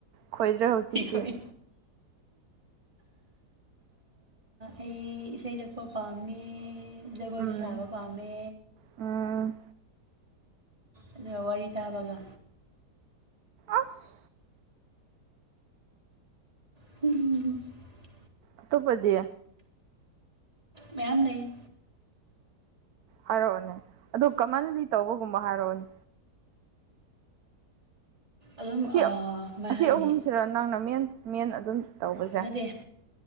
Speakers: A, on the right; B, on the right.
A: ꯈꯣꯏꯗ꯭ꯔꯦ ꯍꯧꯖꯤꯛꯇꯤ
B: ꯍꯣꯏ ꯑꯩ ꯏꯁꯩ ꯁꯛꯄ ꯄꯥꯝꯃꯤ ꯖꯒꯣꯏꯁꯨ
A: ꯎꯝ
B: ꯁꯥꯕ ꯄꯥꯝꯃꯦ
A: ꯎꯝ
B: ꯑꯗꯨꯒ ꯋꯥꯔꯤ ꯇꯥꯕꯒ
A: ꯑꯁ
B: <unintelligible>
A: ꯑꯇꯣꯞꯄꯗꯤ
B: ꯃꯌꯥꯝ ꯂꯩ
A: ꯍꯥꯏꯔꯛꯑꯣꯅꯦ ꯑꯗ ꯀꯃꯟꯂꯤ ꯇꯧꯕꯒꯨꯝꯕ ꯍꯥꯏꯔꯛꯑꯣꯅꯦ
B: ꯑꯗꯨꯝ
A: ꯑꯁꯤ
B: ꯑꯥ ꯀꯃꯥꯏ
A: ꯑꯁꯤ
B: ꯍꯥꯏꯅꯤ
A: ꯑꯍꯨꯝꯁꯤꯔ ꯅꯪꯅ ꯃꯦꯟ ꯃꯦꯟ ꯑꯗꯨꯝ ꯇꯧꯕꯁꯦ
B: ꯅꯠꯇꯦ